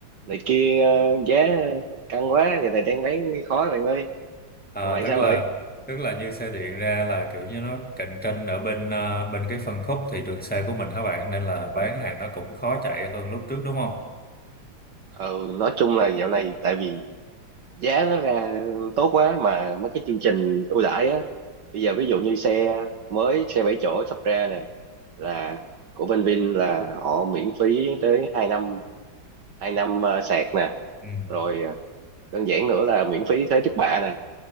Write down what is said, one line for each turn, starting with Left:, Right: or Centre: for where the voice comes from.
Right: này kia ờ, giá căng quá, giờ này đang bán khó rồi anh ơi.
Centre: À,
Right: Còn bạn
Centre: tức
Right: sao
Centre: là
Right: rồi?
Centre: tức là như xe điện ra là kiểu như nó cạnh tranh ở bên à, bên cái phân khúc thị trường xe của mình hả bạn? Nên là bán hàng nó cũng khó chạy hơn lúc trước đúng không?
Right: Ừ, nói chung là dạo này tại vì giá nó ra tốt quá mà mấy cái chương trình ưu đãi á bây giờ ví dụ như xe mới xe 7 chỗ sắp ra nè là của bên Vin là họ miễn phí tới hai năm hai năm ờ, sạc nè
Centre: Ừ.
Right: rồi ờ, đơn giản nữa là miễn phí thế trước bạ nè